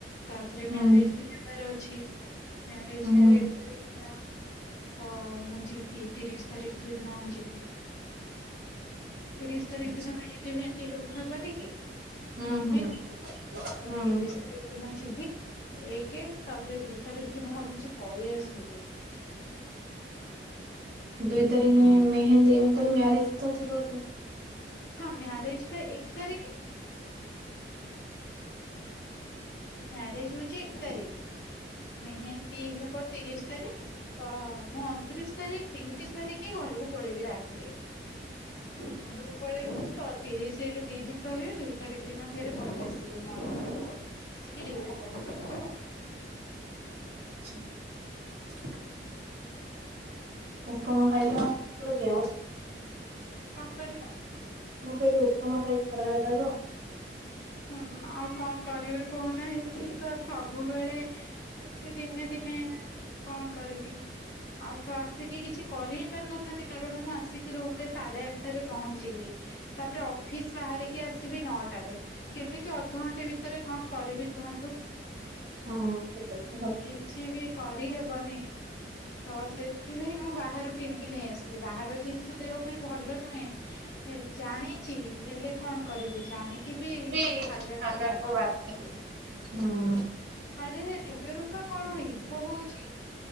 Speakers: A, on the left; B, on the right.
A: ତାପରେ
B: ହୁଁ
A: ମ୍ୟାରେଜ ବି ହେବାର ଅଛି। ଅଛି। ମ୍ୟାରେଜ
B: ହୁଁ
A: ହେବ ଏକ ତ, ମୁଁ ଯିବି ତିରିଶ ତାରିଖ ଦିନ ଯିବି। ତିରିଶ ତାରିଖ
B: ଆଚ୍ଛା
A: ଦିନ ଏମିତି, ଏମିତି ହେବନି କି?
B: ହୁଁ ହୁଁ
A: ତ
B: ହୁଁ
A: ତିରିଶ ତାରିଖ ଦିନ ଯିବି। ଏକ, ତାପରେ ଦୁଇ ତାରିଖ ଦିନ ଭାବୁଛି ପଳେଇ ଆସ। ି <unintelligible>
B: ଦୁଇ ତାରିଖ ମେହେନ୍ଦୀ ତା ମ୍ୟାରେଜ ତ ଥିବ।
A: ହଁ ମ୍ୟାରେଜ ପା ଏକ ତାରିଖୀ। ମ୍ୟାରେଜ ହଉଛି ଏକ ତାରିଖ ମେହେନ୍ଦୀ ହେବ ତିରିଶ ତାରିଖ। ତ ମୁଁ ଅଣତିରିଶ ତାରିଖ ଡ୍ୟୁଟି ସାରିକି ଘରକୁ ପଳେଇବି ରାତିରେ। ଘର କୁ ପଳେଇ ତ ତିରିଶ ଏକ ଦି ଦିନ ରହିବି, ଦୁଇ ତାରିଖ ଦିନ ଫେରେ ପଳେଇ ଆସିବି ମର୍ନିଙ୍ଗ ରୁ। ଆସିକି ଡ୍ୟୁଟି କରିବି। ହୁଁ <inaudible>
B: ଆଛା <inaudible> ଉପମା ଖାଇଲେ ମୋର ଗ୍ୟାସ
A: କଣ କରିଲ?
B: ମୁଁ କହିଲି ଉପମା ଖାଇକି ଖରାବେଳେ ରହିବ।
A: ହୁଁ ଆଉ କଣ କରିବେ କହୁ ନା ଏମତି ତ <inaudible> ସବୁବେଳେ ଏମତି ଦିନେ ଦିନେ କଣ କରିବି ଆଉ ତ ଆସିକି କିଛି କରି ହିଁ ପାରିନଥାନ୍ତି। କାରଣ ମୁଁ ଆସିକି ରୁମ ରେ ସାଢେ ଆଠଟାରେ ପହଞ୍ଚିଲି ତାପରେ ଅଫିସ ବାହାରିକି ଆସିବି ନଅଟାରେ। କେମିତି ଅଧଘଣ୍ଟେ ଭିତରେ କଣ କରିବି କୁହନ୍ତୁ?
B: ହଁ ସେଟା ବି ତ
A: କିଛି ବି କରିହେବନି ତ, ସେଥିପାଇଁ ମୁଁ ବାହାରୁ କିଣିକି ନେଇ ଆସିଲି। ବାହାର ଜିନିଷ ଦେବା ପାଇଁ ଭଲ ନୁହେଁ ଜାଣିଛି। ହେଲେ କଣ କରିବି ଜାଣିକି ବି
B: <inaudible>
A: ଖାଇବାକୁ
B: ଖାଇବାକୁ
A: ବାଧ୍ୟ।
B: ବାଧ୍ୟ। ହୁଁ।
A: ଆରେ ଦିବ୍ୟ ରୂପା କଣ ଇକୋ ହଉଛି।